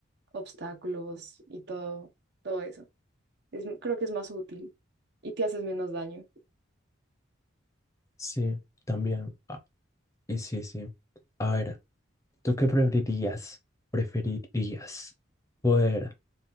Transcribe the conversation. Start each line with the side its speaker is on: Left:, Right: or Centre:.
Right: obstáculos y todo, todo eso. Es, creo que es más útil y te haces menos daño.
Left: Sí, también. Ah, y sí, sí. A ver, ¿tú qué preferirías? ¿Preferirías poder